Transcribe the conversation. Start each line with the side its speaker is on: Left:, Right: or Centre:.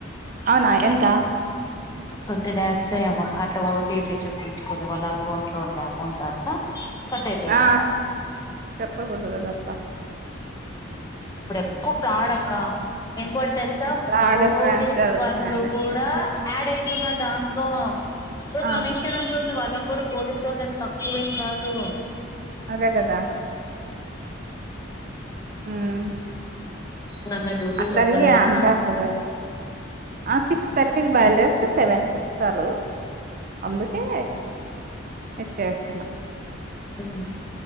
Right: నా ఎంత
Left: ట్వంటీ ల్యాక్స్ ఏమో అట్లా ఓటీపీ చప్పించుకొని వాళ్ళ అకౌంట్ లో ఉండే అమౌంట్ అంతా కట్ అయిపోయిందంట
Right: ఆ చెప్పా కూడదు కదా అట్లా
Left: ఆ ఇప్పుడు ఎకువ ఫ్రాడ్ అక్క ఇంకోటి తెలుసా
Right: ఫ్రాడ్
Left: పోలీస్
Right: క్రైమ్ జరుగుతున్నాయని
Left: వాళ్ళు
Right: అంతే
Left: కూడా యాడ్ అయితున్నరు దాంట్లో ట్లో ఇప్పుడు
Right: ఆ
Left: కమిషన్ ఉంటుంది వాళ్ళకి కూడా పోలీసు వాళ్ళు ఏం తక్కువేం కాదు
Right: అదే కదా హ్మ్
Left: నాన్న డ్యూటీ
Right: అందరికి
Left: చెక్కలేదా
Right: అంటరు కదా ఆ సిక్స్ థర్టీకి బయలుదేరితే సెవెన్కి ఇస్తారు అందుకే ఇది చేస్తున్న
Left: హ్మ్